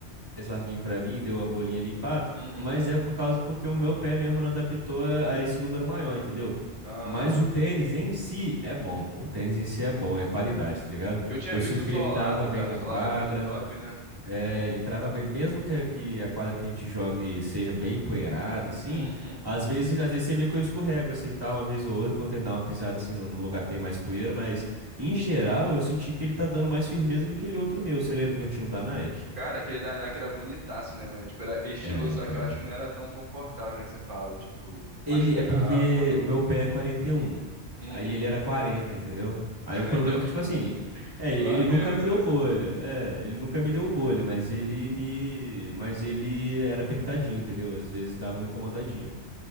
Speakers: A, on the right (about 20°); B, on the right (about 45°).
A: mais larguinho pra mim, deu uma bolinha ali, pá,
B: Uhum.
A: mas é por causa porque o meu pé mesmo não adaptou a, a esse número maior, entendeu?
B: Aham.
A: Mas o tênis em si é bom, pô. O tênis em si é bom, é qualidade, tá ligado?
B: Eu tinha
A: Eu
B: visto
A: sinto
B: o
A: que
B: Solado,
A: ele trava bem
B: cara.
A: na
B: O Solado
A: quadra,
B: é muito top, né?
A: é, ele trava bem, mesmo que, que a quadra que a gente jogue seja bem empoeirada, e sim,
B: Uhum.
A: às vezes, às vezes você vê que eu escorrego assim, e tal, uma vez ou outra, quando tento dar uma pisada
B: Sim.
A: assim no, no lugar que tem mais poeira, mas em geral eu senti que ele tá dando mais firmeza que aquele outro meu. Você lembra que eu tinha um da Nike?
B: Cara, aquele da Nike era bonitaço, né, mano? Tipo, era estiloso,
A: Era,
B: só
A: cara.
B: que eu acho que não era tão confortável, né, que você falava, tipo,
A: Ele
B: machucar
A: é porque
B: ou não.
A: o meu pé é quarenta e um,
B: Uhum.
A: Aí ele era 40, entendeu? Aí
B: <laughs>
A: o
B: Ah,
A: problema
B: Então,
A: é que, tipo assim, é,
B: comprou
A: ele
B: a menos
A: nunca me deu
B: dessa
A: bolha.
B: vez.
A: É, ele nunca me deu bolha, mas ele me. Mas ele era apertadinho, entendeu? Às vezes dava uma incomodadinha.